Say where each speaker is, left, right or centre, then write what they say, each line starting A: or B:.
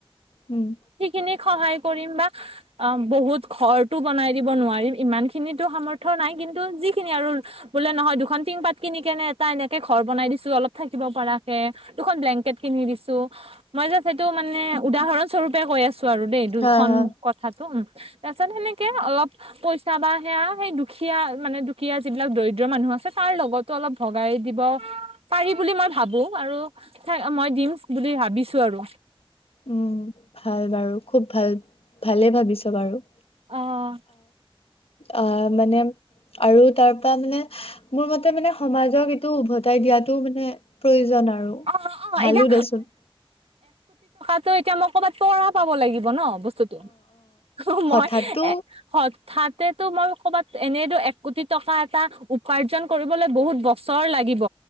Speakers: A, on the left (about 75°); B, on the right (about 75°).
A: উম।
B: সেইখিনি সহায় কৰিম বা অ'। বহুত, ঘৰটো বনাই দিব নোৱাৰিম ইমানখিনিটো সামৰ্থ নাই কিন্তু যিখিনি আৰু বোলে নহয়, দুখন টিং পাত কিনি কেনে এটা এনেকে ঘৰ বনাই দিছোঁ, অলপ থাকিব পাৰাকে দুখন ব্লেংকেট কিনি দিছোঁ, মই য'ত সেইটো মানে উদাহৰণস্বৰূপে কৈ আছ ত' আৰু দেই দুখন
A: হা হা।
B: কথাটো, উম। তাৰপিছত, সেনেকে অলপ পইচা বা সেয়া সেই দুখীয়া মানে, দুখীয়া যিবিলাক দৰিদ্ৰ মানুহ আছে তাৰ লগতো অলপ ভগাই দিব পাৰি বুলি মই ভাবো আৰু মই দিম বুলি ভাবিছোঁ আৰু।
A: উম, ভাল বাৰু খুব ভাল, ভালে ভাবিছ' বাৰু।
B: অ'।
A: অহ, মানে আৰু তাৰপৰা মানে, মোৰ মতে মানে সমাজক এইটো উভতাই দিয়াত টো মানে প্ৰয়োজন আৰু
B: অ অ
A: ভালো
B: এতিয়া
A: দেচোন।
B: ত' এতিয়া মই ক'বাত তৰা পাব লাগিব ন'। বস্তুটো অ', মই
A: হঠাতো
B: এ, হ'ত ঠাতেতো মই ক'বাত, এনেইতো এক কোটি টকা এটা উপাৰ্জন কৰিবলৈ বহুত বছৰ লাগিব।